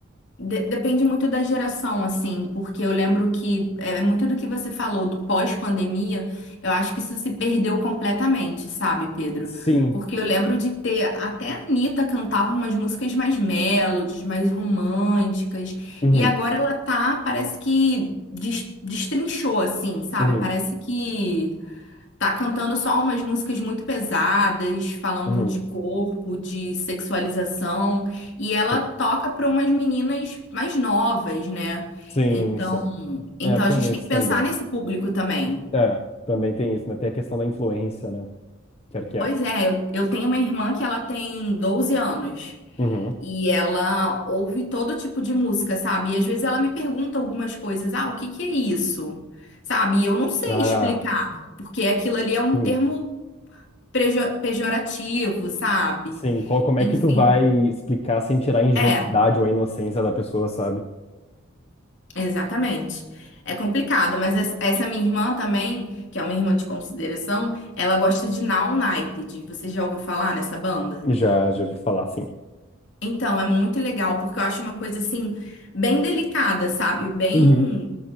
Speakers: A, on the left; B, on the left.
A: de- depende muito da geração, assim, porque eu lembro que é é muito do que você falou do pós-pandemia, eu acho que isso se perdeu completamente, sabe, Pedro?
B: Sim.
A: Porque eu lembro de ter. Até a Anitta cantava umas músicas mais melodies, mais românticas,
B: Uhum,
A: e agora ela tá, parece que des- destrinchou, assim, sabe?
B: uhum,
A: Parece que. Tá cantando só umas músicas muito pesadas, falando
B: uhum.
A: de corpo, de sexualização, e ela
B: Sim.
A: toca para umas meninas mais novas, né?
B: Sim,
A: Então,
B: sim.
A: então
B: É, tem
A: a gente
B: isso
A: tem que pensar
B: também.
A: nesse público também.
B: É, também tem isso, né? Tem a questão da influência, né? Quer que
A: Pois
B: é.
A: é, eu, eu tenho uma irmã que ela tem 12 anos
B: Uhum.
A: e ela ouve todo tipo de música, sabe? E às vezes ela me pergunta algumas coisas, ah, o que que é isso? Sabe? E eu não sei
B: Ah,
A: explicar, porque aquilo ali é um
B: sim.
A: termo prejo- pejorativo, sabe?
B: Sim, qual, como é
A: Enfim,
B: que tu vai explicar sem tirar a ingenuidade
A: é,
B: ou a inocência da pessoa, sabe?
A: exatamente. É complicado, mas es- essa minha irmã também, que é uma irmã de consideração, ela gosta de Now United. Você já ouviu falar nessa banda?
B: Já, já ouvi falar, sim.
A: Então, é muito legal, porque eu acho uma coisa assim, bem delicada, sabe? Bem,
B: Uhum.